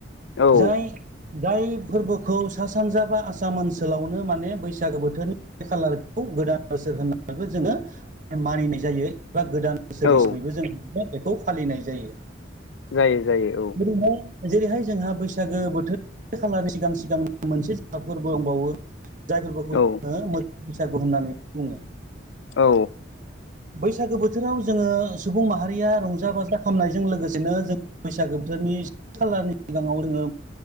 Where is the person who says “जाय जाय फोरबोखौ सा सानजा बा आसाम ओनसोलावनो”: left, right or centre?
Right